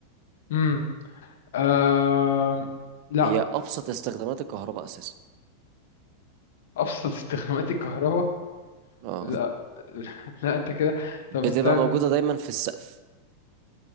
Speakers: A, on the left; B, on the right.
A: امم آه لا
B: هي ابسط استخدامات الكهرباء اساسا
A: أبسط استخدامات الكهرباء
B: اه
A: لا <laughs> لا أنت كده
B: بتبقى
A: طب استنى
B: موجوده دايما في السقف